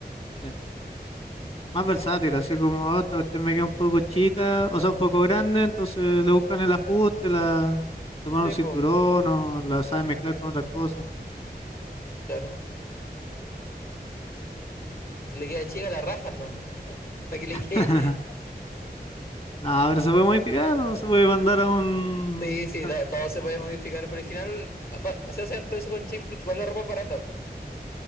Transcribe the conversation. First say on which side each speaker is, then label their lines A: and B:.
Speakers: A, on the left; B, on the left.
A: Sí. más versátil, así como, oh, esta cuestión me queda un poco chica, o sea, un poco grande, entonces le buscan el ajuste, la toman
B: Sí,
A: un cinturón
B: pues,
A: o la saben mezclar con otras cosas.
B: claro. Y Si le queda chica, la rajan, ¿no? Para que le
A: <laughs>
B: quede.
A: No, pero se puede modificar o se puede mandar a un...
B: Sí, sí,
A: a-
B: to- todo, se puede modificar, pero al final apa- se hace todo eso con chip porque igual la ropa es barata.